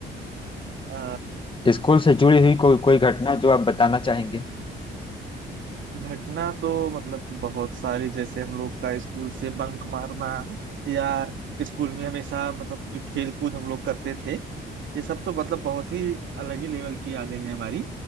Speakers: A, on the right; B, on the left.
A: अ,
B: स्कूल से जुड़ी हुई कोई कोई घटना जो आप बताना चाहेंगे
A: घटना तो मतलब बहुत सारी जैसे हम लोग का स्कूल से बंक मारना या स्कूल में हमेशा मतलब जो खेल कूद हम लोग करते थे ये सब तो मतलब बहुत ही अलग ही लेवल की यादें हैं हमारी